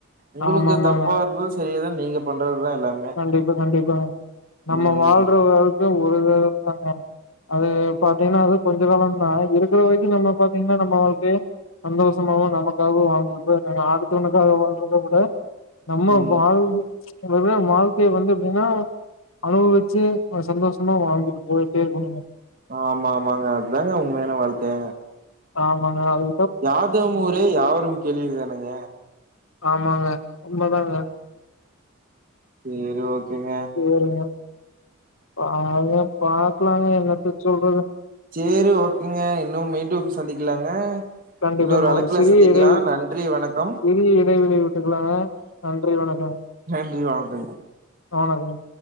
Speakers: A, on the right (about 40°); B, on the left (about 70°).
A: உங்களுக்கு
B: ஆமா ஆமாங்க
A: தப்பா இருந்து தெரியதா நீங்க பண்றது தா எல்லாமே
B: கண்டிப்பா கண்டிப்பா நம்ம
A: ம்
B: வாழ்ற வாழ்க்க ஒரு தறதாங்க அது பாத்தீங்கன்னா அது கொஞ்ச காலம் தா இருக்கிற வரைக்கும் நம்ம பாத்தீங்கன்னா நம்ம வாழ்க்கயெ சந்தோஷமாவு நமக்காகவு வாழ்ந்திருப்ப அடுத்தவனுக்காக வாழ்ற துகூட நம்ம
A: ம்
B: வாழ்ந்து வெ வாழ்க்கைய வந்து எப்டினா அனுபவிச்சு சந்தோஷமா வாழ்ந்துட்டு போய்ட்டே இருக்கணுங்க
A: ஆமா ஆமாங்க அது தாங்கஉண்மையான வாழ்க்கெ
B: ஆமாங்க அது
A: யாதும் ஊரே யாவரும் கேளிர் தானங்க
B: ஆமாங்க உண்மதாங்க
A: சரி ஓகேங்க
B: சேரிங்க பாரு பாக்கலாங்க என்னத்த சொல்றது
A: சேரி ஓகேங்க இன்னும் மீண்டு சந்திக்கலாங்க
B: கண்டிப்பாங்க
A: இன்னொரு அழைப்புல
B: ஒரு சிறிய
A: சந்திக்கலா
B: இடைவெளி
A: நன்றி வணக்கம்
B: சிறிய இடைவெளி விட் இப்பனா நன்றி வணக்கம்
A: நன்றி வணக்கங்க
B: அ வணக்கம்